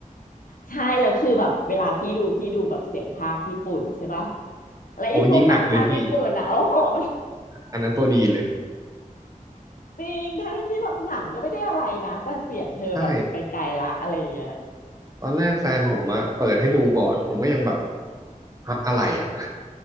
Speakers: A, on the left; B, on the right.
A: ใช่แล้วคือแบบเวลาพี่ดูพี่ดูแบบเสียงพากย์ญี่ปุ่นใช่ปะแล้วไอ้พวกนักพากย์ญี่ปุ่นอ่ะโอ้โหมัน
B: โอ้ยิ่งหนักเลยพี่อันนั้นตัวดีเลย
A: จริงทั้งที่แบบหนังก็ไม่ได้อะไรนะแต่เสียงเธอแบบไปไกลละอะไรอย่างเงี้ย
B: ใช่ตอนแรกแฟนผมอะเปิดให้ดูก่อนผมก็ยังแบบฮะอะไรอะ